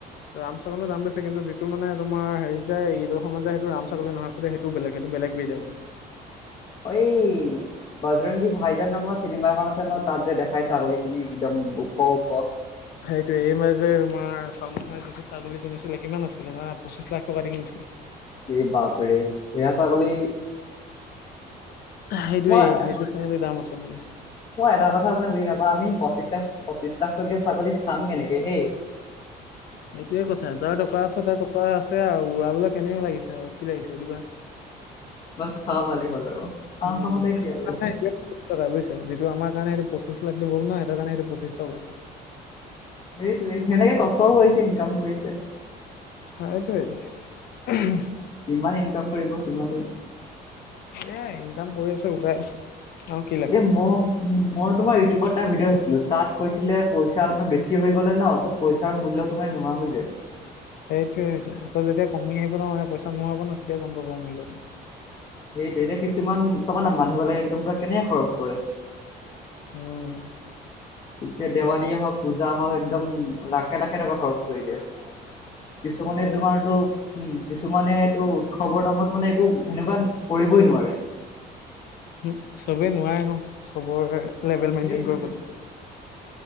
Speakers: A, on the left (about 70°); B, on the left (about 35°).
A: ৰাম ছাগলী দাম বেছি কিন্তু যিটো মানে তোমাৰ হেৰিত যায় ঈদৰ সময়ত যায় সেইটো ৰাম ছাগলী নহয়। সেইটো বেলেগ, সেইটো বেলগ বিধ আকৌ।
B: অ! এই বজৰংগী ভাইজান নামৰ চিনেমা এখন আছে ন' তাত যে দেখাই ছাগলী খিনি একদম ওখ-ওখ।
A: সেইটো এই মাজে তোমাৰ চলমান খানে ছাগলী কিনিছিলে কিমান আছিলে জানা, পঁচিশ লাখ টকা দি কিনিছিলে।
B: এই বাপৰে সেয়া ছাগলী
A: সেইটোৱেই
B: মই
A: সেইটো ছাগলী দাম আছে মানে।
B: মই এটা কথা মানে বুজি নাপাওঁ আমি পঁচিশ লাখ, পঁচিশ লাখ টকীয়া ছাগলী খাম কেনেকে সেই?
A: <inaudible> সেইটোৱে কথা যাৰ টকা আছে তাৰ টকা আছে আৰু ওৰাবলে কেনেকে লাগিছে আৰু কি লাগিছে এইটো কোৱা।
B: বছ খাব পালেই হ'ল আৰু। আমাৰ
A: উম!
B: মতে
A: <unintelligible>
B: কি আৰু
A: <unintelligible> কথা বুজিছা যিটো আমাৰ কাৰণে সেইটো পঁছিশ লাখ নিব নহ সিহঁতৰ কাৰণে সেইটো পঁচিছ টকা।
B: সেইটোৱেই সেনেকে কষ্টও কৰিছে, ইনকাম কৰিছে।
A: সেইটোৱেই। <unintelligible>
B: যিমান ইনকাম কৰিব, সিমানেই
A: এয়াই ইনকাম কৰি আছে, ওলাই আছে। আৰু কি লাগে
B: এই ম উম! মই তোমাৰ ইউটিউবত এটা ভিডিঅ' চাইছিলো তাত কৈছিলে পইচা বেছি হৈ গ'লে ন ত পইচাৰ মূল্য তোমাৰ নোহোৱা হৈ যায়।
A: সেইটোৱে হৈছে। আকৌ যেতিয়া কমি আহিব ন, মানে পইচা নোহোৱা হব ন তেতিয়া গম পাব মূল্যটো।
B: সেইটো এতিয়া কিছুমান চাবানা মানুহবিলাকে একদম পুৰি কেনেকে খৰচ কৰে।
A: উম!
B: এতিয়া দেৱালীয়ে হওক, পূজা হওক একদম লাখে-লাখে টকা খৰচ কৰি দিয়ে। কিছুমানে
A: এ
B: তোমাৰতো উম উ উ, কিছুমানে এইটো উৎসৱৰ নামত মানে একো সেনেকুৱা কৰিবই নোৱাৰে।
A: উম চবে নোৱাৰে ন চবৰে লেভেল মেইনটেইন
B: সেইটোৱে
A: কৰিবলৈ।
B: না